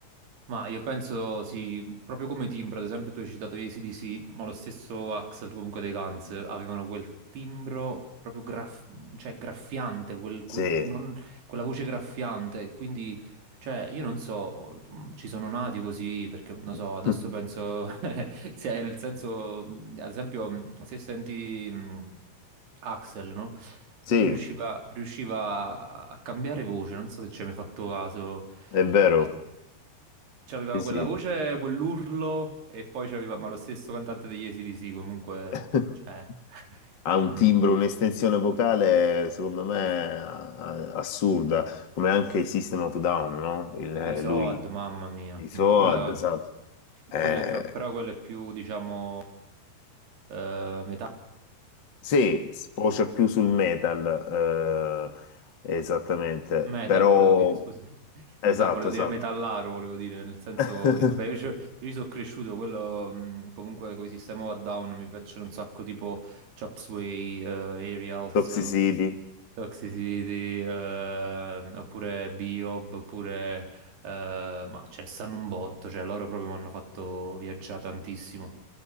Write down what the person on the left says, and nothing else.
Sì,
<laughs>
sì,
è vero,
sì, sì.
<laughs>
Ha un
timbro, un'estensione vocale, secondo me, a- assurda, come anche i System of Down, no? Il-
lui,
i Soad,
esatto. Eh,
Sì, sfocia più sul metal, eh, esattamente,
però
esatto,
esatto.
<laughs>
Toxicity,